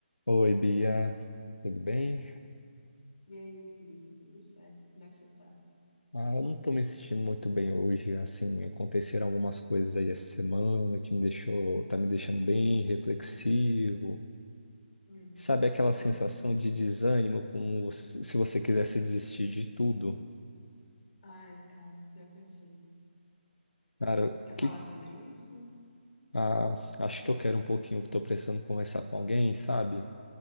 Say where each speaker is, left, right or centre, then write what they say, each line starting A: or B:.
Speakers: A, on the left (about 80°); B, on the left (about 45°).
A: Oi, Bia, tudo bem?
B: E aí, Felipe, tudo certo? Como é que você tá?
A: Ah, eu não tô me sentindo muito bem hoje, assim, aconteceram algumas coisas aí essa semana que me deixou, tá me deixando bem reflexivo.
B: Hum,
A: Sabe aquela
B: que houve?
A: sensação de desânimo, como se se você quisesse desistir de tudo?
B: Ai, cara, pior que eu sei.
A: Cara,
B: Quer falar
A: que,
B: sobre isso?
A: ah, acho que eu quero um pouquinho, tô precisando conversar com alguém, sabe?